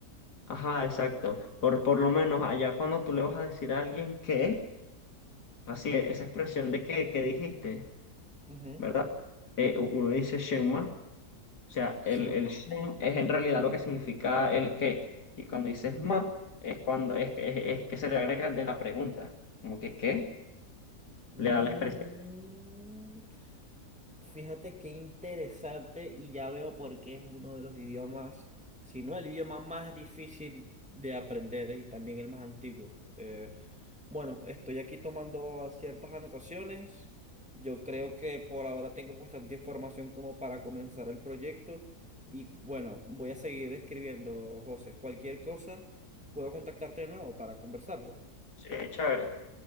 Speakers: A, on the left; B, in the centre.
A: Ajá, exacto. Por, por lo menos
B: mm,
A: allá cuando tú le vas a decir a alguien que, así, esa expresión de que, que dijiste,
B: ujú,
A: ¿verdad? Eh, u- uno dice Shenma O sea,
B: shema,
A: el, el shen es en realidad lo que significa el qué. Y cuando dices ma, es cuando es, que- es, es que se le agrega el de la pregunta. Como que qué,
B: mm.
A: le da la expresión.
B: Fíjate qué interesante y ya veo por qué es uno de los idiomas, si no el idioma más difícil de aprender y también el más antiguo. Eh, bueno, estoy aquí tomando ciertas anotaciones. Yo creo que por ahora tengo bastante información como para comenzar el proyecto y bueno, voy a seguir escribiendo, José. Cualquier cosa, puedo contactarte de nuevo para conversarlo.
A: Sí, chévere.